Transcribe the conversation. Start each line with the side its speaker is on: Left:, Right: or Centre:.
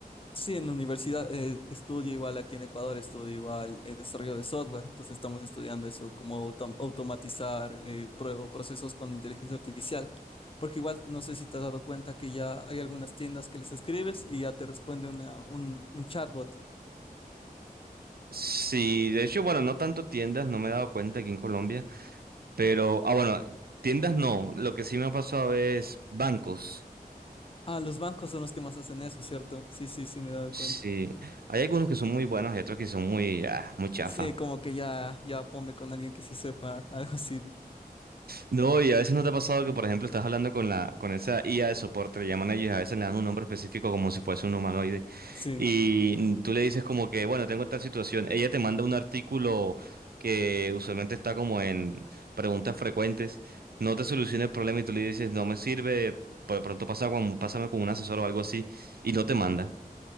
Left: Sí, en la universidad eh, estudio igual, aquí en Ecuador estudio igual eh, desarrollo de software, entonces estamos estudiando eso, cómo autom- automatizar eh, pro- procesos con inteligencia artificial, porque igual no sé si te has dado cuenta que ya hay algunas tiendas que les escribes y ya te responde una- un, un chatbot.
Right: Sí, de hecho, bueno, no tanto tiendas, no me he dado cuenta aquí en Colombia. Pero, ah, bueno, tiendas no. Lo que sí me ha pasado es bancos.
Left: Ah, los bancos son los que más hacen eso, ¿cierto? Sí, sí, sí, me he dado
Right: Sí,
Left: cuenta.
Right: hay algunos que son muy buenos y otros que son muy, ah, muy chafa.
Left: Sí, como que ya, ya ponme con alguien que sí sepa <laughs> algo así.
Right: No, y a veces no te ha pasado que, por ejemplo, estás hablando con la, con esa IA de soporte, le llaman a ellos y a veces le dan un nombre específico como si fuese un humanoide.
Left: Sí.
Right: Y tú le dices como que, bueno, tengo tal situación. Ella te manda un artículo que usualmente está como en preguntas frecuentes. No te soluciona el problema y tú le dices, no me sirve, por de pronto pasa con, pásame con un asesor o algo así. Y no te manda.